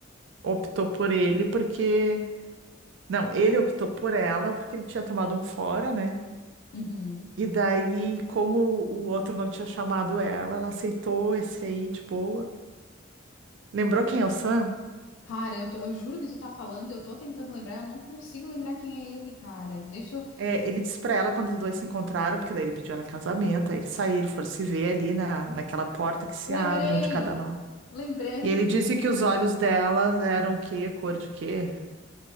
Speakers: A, on the right; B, on the left.
A: optou por ele porque. Não, ele optou por ela porque ele tinha tomado um fora, né?
B: Uhum.
A: E daí, como o outro não tinha chamado ela, ela aceitou esse aí de boa. Lembrou quem é o Sam?
B: Cara, eu, tô- eu juro que tu tá falando, eu tô tentando lembrar, eu não consigo lembrar quem é ele, cara. Deixa eu.
A: É, ele disse pra ela quando os dois se encontraram, porque daí ele pediu ela casamento, aí eles saíram, foram se ver ali na, naquela porta que se
B: Lembrei!
A: abre, um de cada lado.
B: Lembrei!
A: E ele disse que os olhos delas eram o quê? Cor de quê?